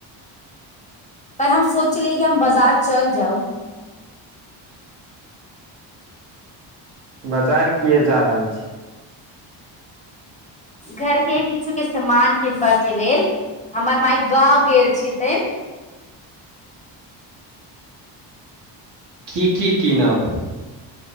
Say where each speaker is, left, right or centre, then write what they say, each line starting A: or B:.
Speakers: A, on the left; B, on the right.
A: पर हम सोचली कि हम बाजार चल जाउ।
B: बाजार किएक जा रहल छी?
A: घरके किछु-किछु सामान किनबाक लेल। हमर माय गाँव गेल छथिन।
B: की-की कीनब?